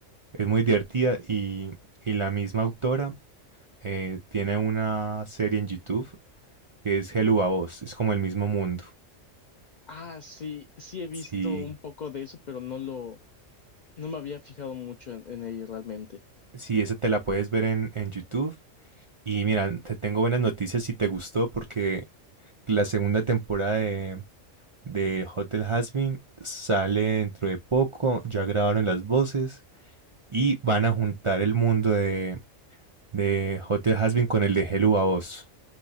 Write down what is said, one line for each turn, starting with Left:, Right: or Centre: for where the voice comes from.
Right: Es muy divertida y, y la misma autora eh, tiene una serie en YouTube que es Hello a Vos. Es como el mismo mundo.
Left: Ah, sí, sí he visto
Right: Sí,
Left: un poco de eso, pero no lo, no me había fijado mucho en, en ello realmente.
Right: sí, esa te la puedes ver en, en YouTube. Y mira, te tengo buenas noticias si te gustó, porque la segunda temporada de, de Hotel Hazbin sale dentro de poco. Ya grabaron las voces y van a juntar el mundo de, de Hotel Hazbin con el de Hello a Oz.